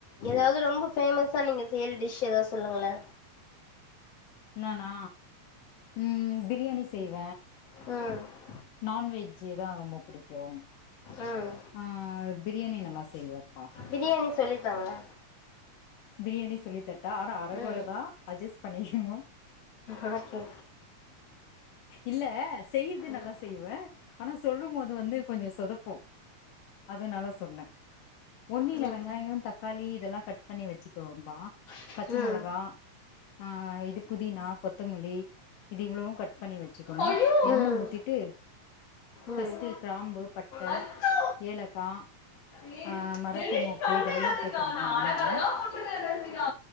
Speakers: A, on the left; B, on the left.
A: எதாவது ரொம்ப ஃபேமஸா நீங்க செய்யிற டிஷ் எதாவது சொல்லுங்களே
B: நானா ம் பிரியாணி செய்வ
A: ம்
B: நான்வெஜ்ஜி தா ரொம்ப புடிக் கெவம்
A: ம்
B: ஆ பிரியாணி நல்லா செய்வேப்பா
A: பிரியாணி சொல்லி தாங்களே
B: பிரியாணி சொல்லி தர்ட்டா அர அரகொர
A: ம்
B: தா அட்ஜஸ்ட் பண்ணிக்கனு
A: ஓகே
B: இல்ல செய்றது நல்லா
A: ம்
B: செய்வே அனா சொல்லும் போது வந்து கொஞ்சோ சொதப்பூ அதனால சொன்ன ஒன்னில்ல
A: ம்
B: வெங்காயோ தக்காளி இதல்லா கட் பண்ணி வெச்சுக்குவ பா
A: ம்
B: பச்ச மொளகா
A: ம்
B: ஆ இது புதினா கொத்தமல்லி இது இவ்வளவு கட் பண்ணி வெ ச்சிக்கணு
A: ஐயோ
B: எண்ண
A: ம்
B: ஊத்திட்டு ஃபஸ்ட்டு
A: ம்
B: கிராம்பு பட்ட
A: அச்சோ
B: ஏலக்கா
A: ஏ,
B: ஆ மராட்டி மொக்கு
A: பண்ணு
B: இதல்லா
A: ரசிகா.
B: போட்ருன்னு
A: நான்
B: எண்ணெயில
A: அழகழகா போட்டிருக்கேன் ரசிகா.